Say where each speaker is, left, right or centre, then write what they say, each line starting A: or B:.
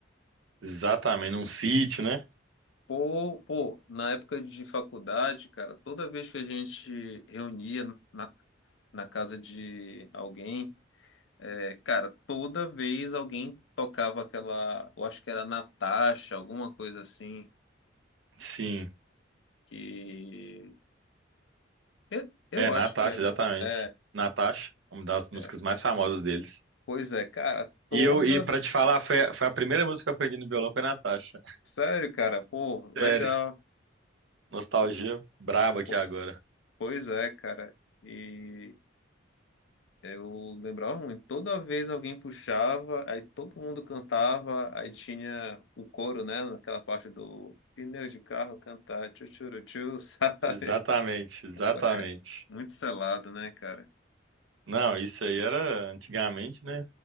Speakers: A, on the right; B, on the left.
A: exatamente, num City, né?
B: Pô, pô, na época de faculdade, cara, toda vez que a gente reunia na, na casa de alguém É, cara, toda vez alguém tocava aquela, eu acho que era Natasha, alguma coisa assim,
A: Sim,
B: que eu, eu
A: é Natasha,
B: acho que é, na-
A: exatamente.
B: é,
A: Natasha, uma das músicas
B: é.
A: mais famosas deles.
B: Pois é, cara, toda,
A: E eu, e para te falar, foi, a- foi a primeira música que eu aprendi no violão, foi Natasha.
B: sério, cara, pô, legal.
A: Sério, nostalgia braba aqui
B: Pô,
A: agora.
B: Pois é, cara. E eu lembrava muito, toda vez alguém puxava, aí todo mundo cantava, aí tinha o coro, né, naquela parte do pneu de carro cantar, tchu tchu tchu, <laughs> sabe?
A: Exatamente, exatamente.
B: Ué, é muito selado, né, cara?
A: Não, isso aí era antigamente, né?